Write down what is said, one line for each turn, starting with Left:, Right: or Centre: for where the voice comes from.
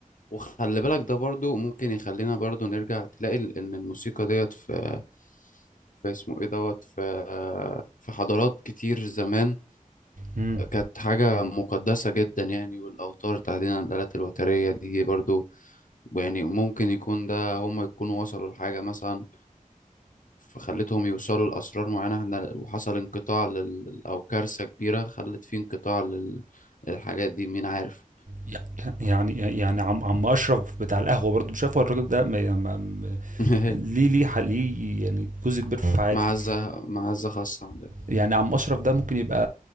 Left: وخلي بالك ده برضو ممكن يخلينا برضو نرجع تلاقي ال- إن الموسيقى ديت في في اسمه إيه دوت في <hesitation> في حضارات كتير زمان
Right: مم.
Left: كانت حاجة مقدسة جدا يعني والأوتار تحديدا الآلات الوترية دي برضو يعني ممكن يكون ده هم يكونوا وصلوا لحاجة مثلا فخلتهم يوصلوا لأسرار معينة احنا وحصل انقطاع لل... أو كارثة كبيرة خلت فيه انقطاع لل... للحاجات دي مين عارف
Right: يع- يعني يعني عم عم اشرف بتاع القهوه برضه مش عارف هو الراجل ده ما ما- ما-
Left: <laughs>
Right: ليه ليه ح- ليه يعني جزء كبير في حياتي
Left: معزة معزة خاصة عندك
Right: يعني عم اشرف ده ممكن يبقى